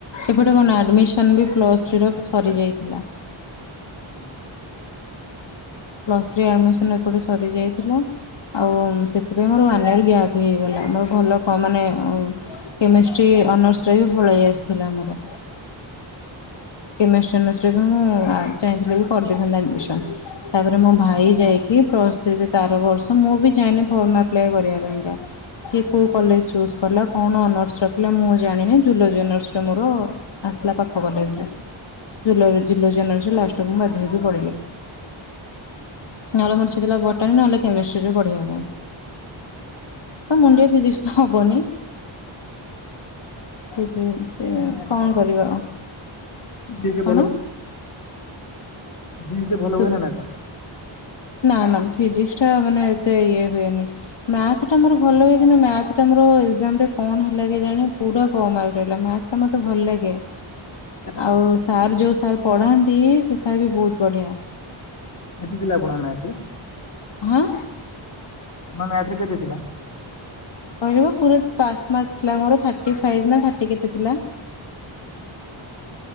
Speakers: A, on the left; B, on the left.
A: ଏପଟେ କଣ ଆଡମିସନ ବି ପ୍ଲସ ଥ୍ରୀ ର ସରିଯାଇଥିଲା।
B: ହୁଁ।
A: ପ୍ଲସ ଥ୍ରୀ ଆଡମିଶନ୍ ଏପଟେ ସରିଯାଇଥିଲା, ଆଉ ସେଥିପାଇଁ ମୋର ୱାନ ୟର ଗ୍ୟାପ ହେଇଗଲା ମୋର ଭଲ କ ମାନେ କେମିଷ୍ଟ୍ରି ଅନର୍ସରେ ବି ପଳେଇ ଆସିଥିଲା ମୋର।
B: <inaudible>
A: କେମିଷ୍ଟ୍ରୀ ଅନର୍ଶ ରେ ମୁଁ ଆ ଚାହିଁଥିଲେ ବି କରିଦେଇଥାନ୍ତା ଆଡମିସନ୍। ତାପରେ ମୋ
B: କୋଉ
A: ଭାଇ
B: କଲେଜ ରେ?
A: ଯାଇ କି ପ୍ଲସ ଥ୍ରିରେ ତା ଆର ବର୍ଷ ମୁଁ ବି ଯାଇନି ଫର୍ମ ଆପ୍ଲାଏ କରିବା ପାଇଁକା। ସିଏ କୋଉ
B: ଆଜ୍ଞା
A: କଲେଜ ଚୁଜ କଲା, କଣ ଅନର୍ସ ରଖିଲା ମୁଁ ଜାଣିନି ଜୁଲୋଜି ଅନର୍ସରେ ମୋର। ଆସିଲା ପାଖ କଲେଜରେ। ଯୁଲୋଜି ଯୁଲୋଜି ଅନର୍ସ ଲାଷ୍ଟ ମୁଁ ବାଧ୍ୟ ହେଇକି ପଢିଲି।
B: ହୁଁ।
A: ନହେଲେ ମୋର ଇଚ୍ଛାଥିଲା ବଟାନୀ ନହେଲେ କେମିଷ୍ଟ୍ରିରେ ପଢିବା ପାଇଁ।
B: ଆଜ୍ଞା
A: ମୋ ଦେଇ ଫିଜିକ୍ସ ତ ହବନି ଫିଜି ସେ
B: ଏମିତି କାଇଁ ଭାବୁଛନ୍ତି?
A: କଣ କରିବା ଆଉ
B: ଯେତେ
A: କଣ?
B: ଫିଜିକ୍ସ ରେ ଭଲ
A: ସୁ
B: ହୁଏ ନାଁ ନା କଁ।
A: ନା ନା ଫିଜିକ୍ସ ଟା ମାନେ ଏତେ ଇଏ ହୁଏନି। ମ୍ୟାଥ ଟା ମୋର ଭଲ ହୁଏ। କିନ୍ତୁ ମ୍ୟାଥ ଟା ମୋର ଏକ୍ଜାମ ରେ କଣ ହେଲା କେଜାଣି ପୁରା କମ୍ ମାର୍କ ରହିଲା ମ୍ୟା ତ ଟା ମତେ ଭଲ ଲାଗେ।
B: <inaudible>
A: ଆଉ
B: ଥିଲା
A: ସାର୍ ଯୋଉ ସାର୍ ପଢାନ୍ତି ସେ ସାର୍ ବି ବହୁତ ବଢିଆ।
B: କେତେ ଥିଲେ ଆପଣଙ୍କ ମ୍ୟାଥ୍ ରେ।
A: ହାଁ।
B: ଆପଣଙ୍କ ମ୍ୟାଥ ରେ କେତେଥିଲା।
A: କହିଲି ବା ପୁରା ପାସ୍ ମାର୍କ ଥିଲା ମୋର ଥାର୍ଟି ଫାଇପ ନା ଥାର୍ଟି କେତେ ଥିଲା।
B: ହୁଁ।